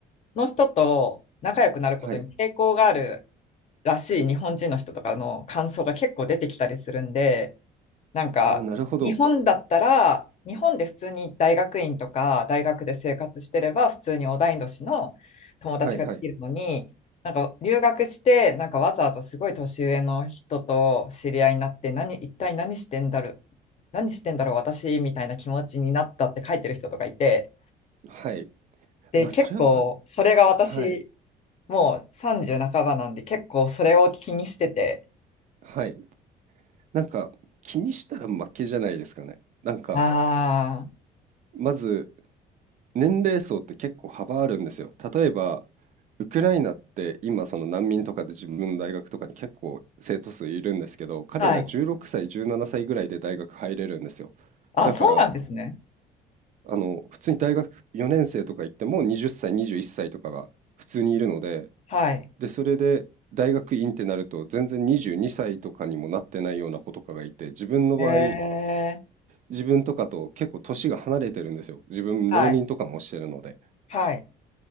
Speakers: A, on the left; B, on the right.
A: の人と仲良くなることに抵抗がある
B: はい。
A: らしい日本人の人とかの感想が結構出てきたりするんで、なんか、
B: ああ、なるほど。
A: 日本だったら、日本で普通に大学院とか大学で生活してれば、普通に同い年の友達ができるのに、
B: はいはい。
A: なんか留学して、なんかわざわざすごい年上の人と知り合いになって、何、一体何してんだろう、何してんだろう、私みたいな気持ちになったって書いてる人とかいて、
B: はい。
A: で、
B: まあ、
A: 結構、
B: それは、
A: それが私、
B: あ、はい、
A: もう30半ばなんで、結構それを気にしてて、
B: はい。なんか、気にしたら負けじゃないですかね。なんか、
A: あ
B: まず年齢層って結構幅あるんですよ。例えば、ウクライナって今その難民とかで自分の大学とかに結構生徒数いるんですけど、彼ら16歳、
A: あ、はい。
B: 17歳ぐらいで大学入れるんですよ。
A: あ、
B: だから、
A: そうなんですね。
B: あの、普通に大学4年生とか行っても20歳、21歳とかが普通にいるので、
A: はい。
B: で、それで大学院ってなると全然22歳とかにもなってないような子とかがいて、自分の場合、
A: ええ
B: 自分とかと結構年が離れてるんですよ。自分浪人とかもしてるので。
A: はい、はい。